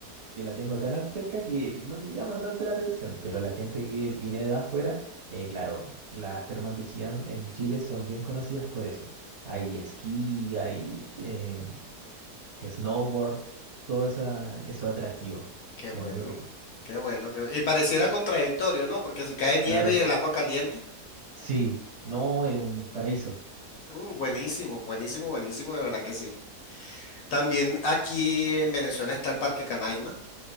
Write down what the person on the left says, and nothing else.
Qué bueno,
qué bueno, qué bu- Y pareciera contradictorio, ¿no? Porque si cae nieve
y el agua caliente,
mm, buenísimo, buenísimo, buenísimo, de verdad que sí. También aquí en Venezuela está el Parque Canaima.